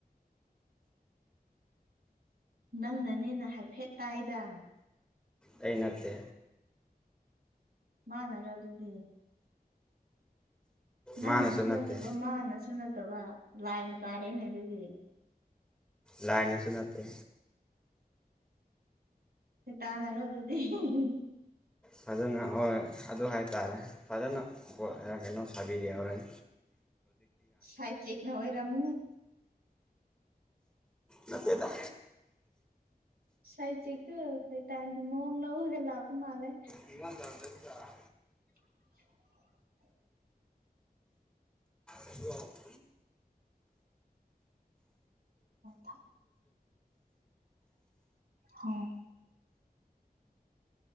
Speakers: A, on the right; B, in the centre.
A: ꯅꯪꯅꯅꯤꯅ ꯍꯥꯏꯐꯦꯠ ꯇꯥꯏꯗ
B: ꯑꯩ ꯅꯠꯇꯦ
A: ꯃꯥꯅꯂꯣ ꯑꯗꯨꯗꯤ ꯅꯪꯅꯁꯨ
B: ꯃꯥꯅꯁꯨ
A: ꯅꯠꯇꯕ
B: ꯅꯠꯇꯦ
A: ꯃꯥꯅꯁꯨ ꯅꯠꯇꯕ ꯂꯥꯏꯅ ꯇꯥꯔꯦꯅꯦ ꯑꯗꯨꯗꯤ
B: ꯂꯥꯏꯅꯁꯨ ꯅꯠꯇꯦ
A: ꯇꯥꯅꯔꯣ ꯑꯗꯨꯗꯤ ꯍ ꯍ
B: ꯐꯖꯅ ꯍꯣꯏ ꯑꯗꯨ ꯍꯥꯏꯇꯥꯔꯦ ꯐꯖꯅ ꯍꯦ ꯀꯩꯅꯣ ꯆꯕꯤ ꯌꯥꯦꯍꯔꯦꯟ
A: ꯁꯥꯏ ꯆꯅ ꯑꯣꯏꯔꯝꯅꯤ
B: ꯅꯠꯇꯦꯗ
A: ꯁꯥꯏꯠ ꯏꯛꯇ ꯁꯩ ꯇ ꯃꯪ ꯂ ꯍꯒꯦꯂꯄ ꯃꯥꯂꯦ
B: ꯏꯃ ꯔꯗ ꯆ
A: <unintelligible>
B: ꯑꯗꯨ
A: ꯊ ꯍ